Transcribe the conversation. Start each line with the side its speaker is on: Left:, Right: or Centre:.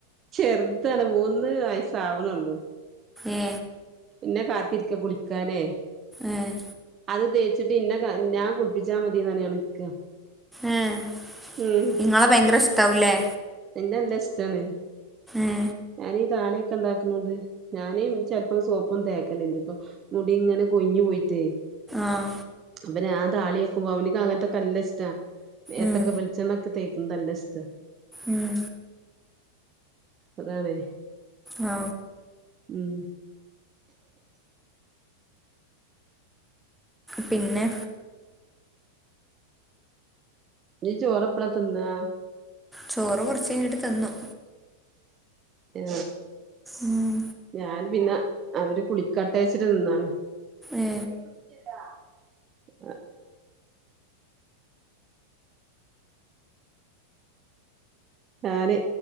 Right: ചെറ്താണ് മൂന്ന് വയസ് ആവണേള്ളു
Centre: ഏ
Right: പിന്നെ കാത്തിരിക്ക കുളിക്കാനേ.
Centre: ആഹ്.
Right: അത് തേച്ചിട്ട് ഇന്നെ നാ കുളിപ്പിച്ചാ മതിന്നറഞ്ഞണ്ട് നിക്കാ
Centre: ഏ
Right: ഉം
Centre: ങ്ങളെ ഭയങ്കര ഇഷ്ടാവുലേ?
Right: നെല്ലഷ്ട്ടാണ്.
Centre: ഏ
Right: ഞാനി താളി ക്കണ്ടാക്കുന്നോണ്ട് ഞാനും ചെൽപ്പോം സോപ്പും തേക്കലില്ല ഇപ്പൊ മുടി ഇങ്ങനെ കൊയിഞ്ഞു പോയിട്ടേ.
Centre: ആഹ്.
Right: പ്നാ താളിഏക്കുമ്പോ അവനക്ക് അങ്ങൻത്തെകേ നല്ലിഷ്ട മേത്തൊക്കെ
Centre: ഉം
Right: ബെൽച്ചണ്ണ ത്തേക്ക്ന്നല്ലിഷ്ട.
Centre: ഉം
Right: അതാണേ.
Centre: ആ
Right: ഉം.
Centre: പിന്നെ
Right: നീച്ചോറെപ്പളതിന്നാ?
Centre: ചോറ് കൊർച്ചയിഞ്ഞട്ട് തിന്നും.
Right: ഏ.
Centre: ഉം
Right: ഞാൻ പിന്നെ അവര് കുളിക്കാട്ടേച്ചിട്ട് നിന്നാണ്.
Centre: ഏ
Right: <unintelligible> ആ ആന്